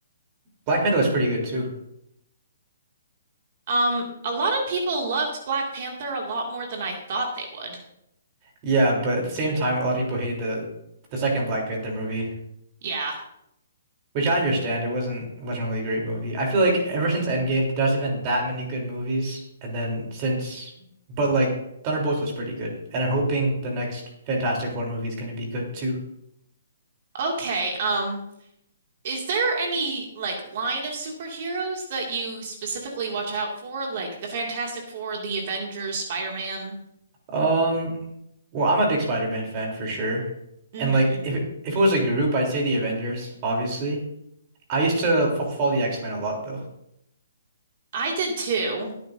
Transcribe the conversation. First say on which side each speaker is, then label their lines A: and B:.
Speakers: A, on the right; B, on the right.
A: Black Panther was pretty good too.
B: Um, a lot of people loved Black Panther a lot more than I thought they would.
A: Yeah, but at the same time a lot of people hated the the second Black Panther movie,
B: Yeah.
A: which I understand. It wasn't wasn't really a great movie. I feel like ever since Endgame there hasn't been that many good movies and then since but like Thunderbolts was pretty good. And I'm hoping the next Fantastic Four movie is going to be good too.
B: Okay. Um, is there any like line of superheroes that you specifically watch out for, like the Fantastic Four, the Avengers, Spider-Man?
A: Um, well, I'm a big Spider-Man fan for sure.
B: Mm-hmm.
A: And like if if it was a group, I'd say the Avengers, obviously. I used to f follow the X-Men a lot though.
B: I did too.